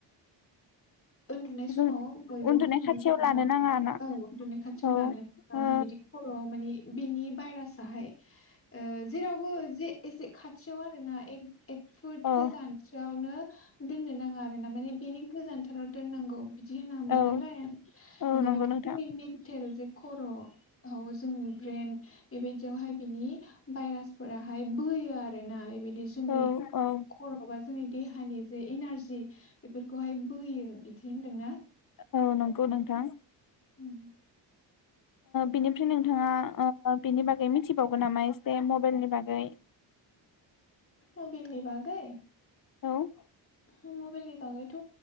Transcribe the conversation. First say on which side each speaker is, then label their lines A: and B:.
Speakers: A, on the left; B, on the left.
A: उन्दुनाय समाव
B: जों
A: बयबो
B: उन्दुनाय
A: बुङो
B: खाथियाव
A: जेनेबा
B: लानो नाङा ना
A: औ उन्दुनाय खाथियाव
B: औ
A: लानो नाङा
B: ओ
A: बिनि खर' मानिे बिनि बायर साहाय ओ जेरावबो जे एसे खाथियाव आरो ना ए एक फुट
B: औ औ
A: गोजानसोआवनो दोननो नाङा आ रो ना माने बेनि गोजोन दोननांगौ बिदि होना होमबा
B: औ
A: दालाय
B: औ
A: नङाबा
B: नंगौ
A: जोंनि
B: नोंथां
A: मेन्थेल जे खर' जोंनि ब्रेन बेबायदियावहाय बिनि भाइरास फोराहाय बोहोयो आरोना। बेबायदि जोंनि
B: औ औ
A: खर'आ जोंनि देहानि जे इनारजि बेफोरखौहाय बोहोयो बिदि होन्दोंना?
B: औ नंगौ नोंथां।
A: उम
B: बिनिफ्राय नोंथाङा बिनि बागै मिथिबावगोन नामा एसे मबाइलनि बागै?
A: मबाइलनि बागै?
B: औ
A: मबाइलनि बागैथ'